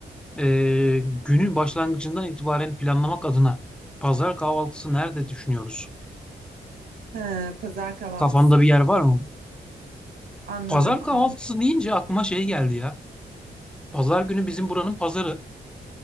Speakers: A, in the centre; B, on the right (about 50°).
A: eee, günün başlangıcından itibaren planlamak adına pazar kahvaltısı nerede düşünüyoruz?
B: He, pazar kahvaltısı.
A: Kafanda bir yer var mı?
B: Anladım.
A: Pazar
B: anladım.
A: kahvaltısı deyince aklıma şey geldi ya. Pazar günü bizim buranın pazarı.